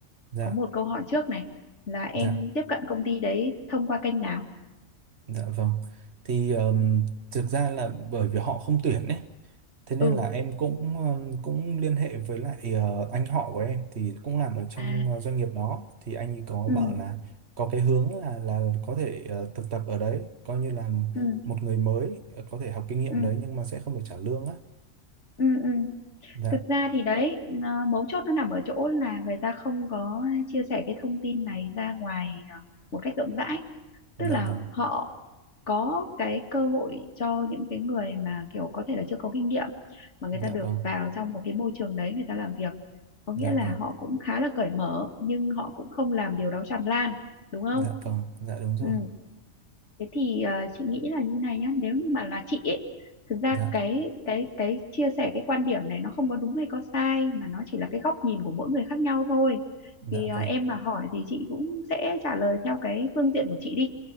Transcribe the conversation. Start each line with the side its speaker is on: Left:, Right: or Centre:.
Right: Dạ,
Left: có một câu hỏi trước này là em
Right: dạ.
Left: tiếp cận công ty đấy thông qua kênh nào
Right: Dạ vâng. Thì ờm, thực ra là bởi vì họ không tuyển ấy. Thế nên
Left: ừ
Right: là em cũng ờm, cũng liên hệ với lại ờ, anh họ của em thì cũng làm ở trong
Left: à
Right: ờ, doanh nghiệp đó thì anh ấy có
Left: ừ
Right: bảo là có cái hướng là là có thể ờ, thực tập ở đấy, coi như là
Left: ừ
Right: một người mới ờ, có thể học kinh nghiệm
Left: ừ
Right: đấy nhưng mà sẽ không được trả lương á.
Left: ừ ừ
Right: Dạ,
Left: thực ra thì đấy ờ, mấu chốt nó nằm ở chỗ là người ta không có chia sẻ cái thông tin này ra ngoài ờ, một cách rộng rãi
Right: dạ
Left: tức là
Right: vâng.
Left: họ có cái cơ hội cho những cái người mà kiểu có thể là chưa có kinh nghiệm mà người
Right: Dạ
Left: ta được
Right: vâng.
Left: vào trong một cái môi trường đấy người ta làm việc có nghĩa
Right: Dạ
Left: là
Right: vâng.
Left: họ cũng khá là cởi mở nhưng họ cũng không làm điều đó tràn lan đúng không
Right: Dạ vâng. Dạ đúng rồi.
Left: ừ. Thế thì ờ, chị nghĩ là như này nhá, nếu như mà là chị ấy, thực ra
Right: Dạ,
Left: cái cái cái chia sẻ cái quan điểm này nó không có đúng hay có sai mà nó chỉ là cái góc nhìn của mỗi người khác nhau thôi.
Right: dạ
Left: Thì ờ,
Right: vâng.
Left: em mà hỏi thì chị cũng sẽ trả lời theo cái phương diện của chị đi.